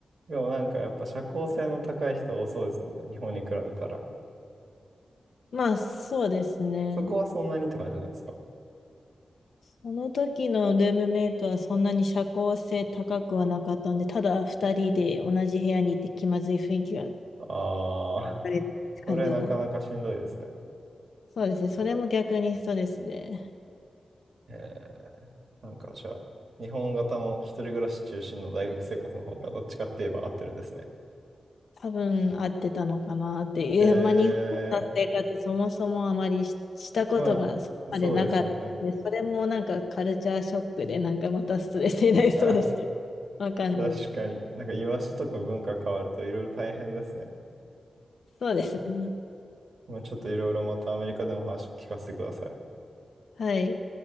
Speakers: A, on the right; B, on the left.
A: でもなんかやっぱ社交性の高い人多そうですもんね。日本に比べたら。
B: まあ、そうですね。
A: そこはそんなにって感じなんですか
B: その時のルームメイトはそんなに社交性高くはなかったんで、ただ二人で同じ部屋にいて気まずい雰囲気が流
A: ああ
B: れって感じだったんで。
A: それなかなかしんどいですね。
B: そうですね。それも逆にストレスで。
A: えー、なんかじゃあ、日本型の一人暮らし中心の大学生活の方がどっちかって言えば合ってるんですね。
B: 多分合ってたのかなっていう、
A: え
B: まあ、日本の生活そもそもあまりし、したことがそこまでなかったので、
A: ー、まあ、そうですよね。
B: それもなんかカルチャーショックで、なんかまたストレスになりそうですけど、
A: あ、
B: わかんないですけど。
A: 確かに。なんか居場所とか文化変わるといろいろ大変ですね。
B: そうですね。
A: まあ、ちょっといろいろまたアメリカでも話聞かせてください。
B: はい。